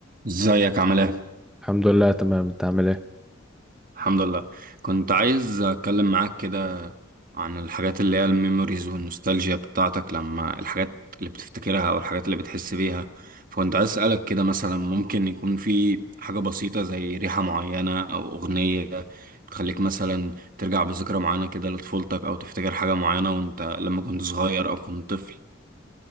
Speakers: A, on the right (about 45°); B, in the centre.
A: ازيك عامل ايه؟
B: الحمد لله تمام انت عامل ايه
A: الحمد لله كنت عايز اتكلم معاك كده عن الحاجات اللي هي الميموريز والنوستالجيا بتاعتك لما الحاجات اللي بتفتكرها او الحاجات اللي بتحس بيها فكنت عايز اسألك كده مثلا ممكن يكون في حاجة بسيطة زي ريحة معينة او اغنية بتخليك مثلا ترجع بذكرى معينة كده لطفولتك او تفتكر حاجة معينة وانت لما كنت صغير او كنت طفل